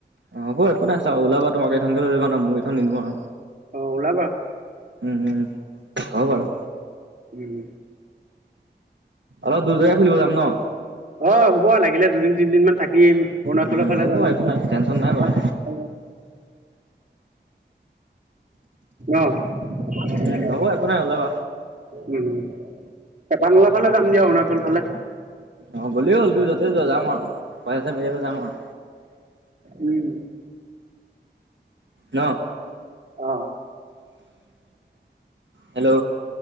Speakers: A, on the right; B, on the right.
A: অ', হ'ব একো নাই চাওঁ ওলাবা তোমাৰ গাড়ী খনকে লৈ ল'বা ন, মোৰ গাড়ীখন নিনো আৰু।
B: অ', ওলাবা।
A: উম, উম, হ'ব বাৰু।
B: উম।
A: অলপ দূৰ জেগাই ফুৰিব যাম ন।
B: অ', হ'ব লাগিলে দুদিন তিনিদিনমান থাক কিম, অৰুণাচলৰ
A: উম
B: ফালে
A: হ'ব একো নাই টেনচন নাই বাৰু
B: <unintelligible> অ। <unintelligible>
A: উম হ'ব একো নাই ওলাবা
B: উম, চেপানলা ফালে যাম দিয়া, অৰুণাচল ফালে।
A: অ গ'লেই হ'ল। তুমি য'তে যোৱা যাম আৰু পইচা মিলাই পেলাই যাম আৰু।
B: উম।
A: ন?
B: অ।
A: হেল্ল।